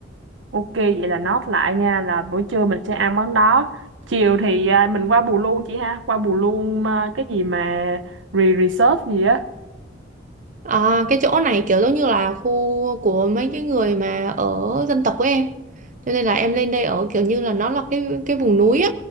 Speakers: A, on the right; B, on the right.
A: Ok vậy là note lại nha là buổi trưa mình sẽ ăn món đó. Chiều thì à, mình qua Bù Luôn chị ha, qua Bù Luôn à, cái gì mà re- reserve gì á
B: À, cái chỗ này kiểu giống như là khu của mấy cái người mà ở dân tộc của em. Cho nên là em lên đây ở kiểu như là nó là cái cái vùng núi á.